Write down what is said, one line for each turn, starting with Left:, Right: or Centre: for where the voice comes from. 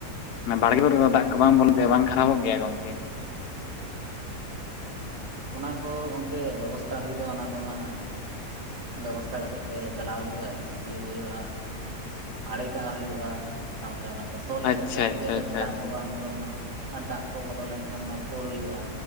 Left: ᱱᱮ ᱵᱟᱲᱜᱮ ᱠᱚᱨᱮ ᱫᱚ ᱫᱟᱜ ᱠᱚ ᱵᱟᱝ ᱵᱚᱞᱚᱱ ᱛᱮ ᱵᱟᱝ ᱠᱷᱟᱨᱟᱯᱚᱜ ᱜᱮᱭᱟ ᱜᱚᱝᱠᱮ
Right: ᱚᱱᱟ ᱠᱚ ᱜᱚᱝᱠᱮ ᱵᱮᱵᱚᱥᱛᱟ ᱦᱩᱭᱩᱜ-ᱟ ᱚᱱᱟ ᱠᱚᱢᱟ ᱵᱮᱵᱚᱥᱛᱟ ᱠᱟᱛᱮᱜ ᱜᱮ ᱪᱟᱞᱟᱣ ᱦᱩᱭᱩᱜ-ᱟ ᱤᱭᱟᱹ ᱦᱩᱭᱩᱜ-ᱟ ᱟᱲᱮ ᱠᱟᱜ ᱦᱩᱭᱩᱜ-ᱟ ᱥᱟᱶᱛᱮ ᱚᱱᱟ ᱠᱚ ᱛᱚᱞ
Left: ᱟᱪᱪᱷᱟ
Right: ᱮᱥᱮᱫ ᱠᱟᱜ ᱦᱩᱭᱩᱜ-ᱟ
Left: ᱟᱪᱪᱷᱟ
Right: ᱡᱟᱛᱮ
Left: ᱟᱪᱪᱷᱟ
Right: ᱫᱟᱜ
Left: ᱟᱪᱪᱷᱟ
Right: ᱠᱚ ᱵᱟᱝ ᱵᱚᱞᱚᱱ ᱢᱟ ᱟᱨ ᱫᱟᱜ ᱠᱚ ᱵᱚᱞᱚ ᱞᱮᱱᱠᱷᱟᱱ ᱢᱟ ᱯᱷᱳᱲ ᱦᱩᱭᱩᱜ-ᱟ